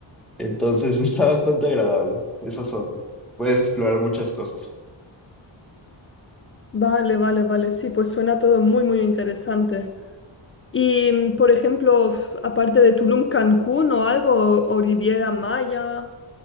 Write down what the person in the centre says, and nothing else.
Entonces <laughs> está bastante agradable esa zona. Puedes explorar muchas cosas.